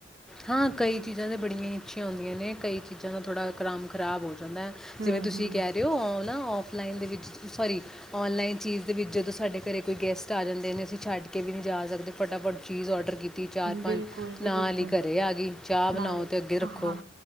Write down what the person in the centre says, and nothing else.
ਹਾਂ ਕਈ ਚੀਜ਼ਾਂ ਤੇ ਬੜੀਆਂ ਹੀ ਅੱਛੀਆਂ ਹੁੰਦੀਆਂ ਨੇ ਕਈ ਚੀਜ਼ਾਂ ਦਾ ਥੋੜ੍ਹਾ ਕਮ ਖਰਾਬ ਹੋ ਦਾ
ਜਿਵੇਂ ਤੁਸੀਂ
ਕਹਿ ਰਹੇ ਹੋ ਨਾ ਔਫਲਾਈਨ ਦੇ ਵਿੱਚ ਸੋਰੀ ਔਨਲਾਈਨ ਚੀਜ਼ ਦੇ ਵਿੱਚ ਜਦੋਂ ਸਾਡੇ ਘਰ ਕੋਈ ਗੈਸਟ ਆ ਜਾਂਦੇ ਨੇ ਅਸੀਂ ਛੱਡ ਕੇ ਵੀ ਨਹੀਂ ਜਾ ਸਕਦੇ ਫਟਾਫਟ ਚੀਜ਼ ਔਡਰ ਕੀਤੀ ਚਾਰ ਪੰਜ
ਨਾਲ
<unintelligible>
ਅਤੇ ਅੱਗੇ ਰੱਖੋ